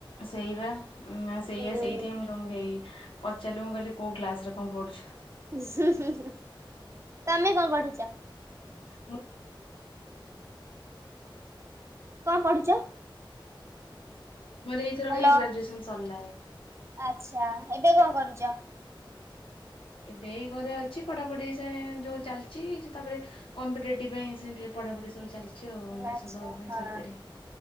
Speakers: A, on the left; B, on the right.
A: ସେଇବା ଉଁ ସେଇଆ
B: ହୁଁ।
A: ସେଇପାଇଁ ମୁଁ ତମକୁ, ଏଇ ପଚାରିଲି ମୁଁ କହିଲି କୋଉ ଗ୍ଲାସ୍ ରେ କଣ ପଢ଼ୁଛ,
B: <unintelligible> ତମେ କଁ ପଢ଼ୁଛ?
A: ମୁଁ-
B: କଁ ପଢ଼ୁଛି,
A: ମୋର ଏଇଥରକ
B: ହ୍ୟାଲୋ
A: ହେଇ ଗ୍ରାଜୁଏସନ ସରିଲା ହେ,
B: ଆଚ୍ଛା ଏବେ କଣ କରୁଚ?
A: ଏବେ ଏଇ ଘରେ ଅଛି ପଢ଼ାପଢ଼ି ସା <unintelligible> ଯୋଉ ଚାଲିଛି ଯୋଉ ତାପରେ କମ୍ପିଟେଟିଭ ପାଇଁ ସେନ୍ତି ଟିକେ ପଢ଼ା ପଢ଼ି ସବୁ ଚାଲିଛି। ଛି ଆଉ ଯୋଉ
B: ଆଚ୍ଛା
A: ଦବା ପାଇଁ
B: ହଁ
A: ସରକାରୀ